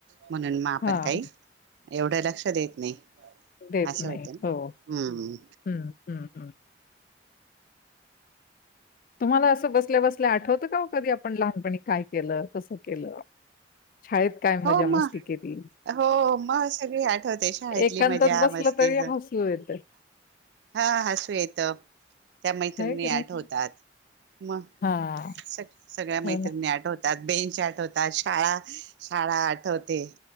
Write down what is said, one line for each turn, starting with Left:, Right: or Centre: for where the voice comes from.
Right: म्हणून म आपण
Left: हां,
Right: काही. एवढं लक्ष देत, नाही.
Left: देत
Right: असं
Left: नाही
Right: होतं ना
Left: हो
Right: हम्म
Left: ह ह ह. तुम्हाला असं बसल्या बसल्या आठवतं, का कधी आपण लहानपणी काय केलं कसं केलं. शाळेत काय मजा-मस्ती
Right: हो म
Left: केली?
Right: हो म सगळी आठवते शाळेतली
Left: एकांतात
Right: मजा
Left: बसलं
Right: मस्तीच
Left: तरी हसू येतं,
Right: हा हसू येत. त्या मैत्रिणी
Left: आहे की
Right: आठवतात,
Left: नाही?
Right: मग
Left: हां,
Right: सग सगळ्या मैत्रिणी
Left: हो ना.
Right: आठवतात. त्यात बेंचॅ आठवतात शाळा, - शाळा आठवते.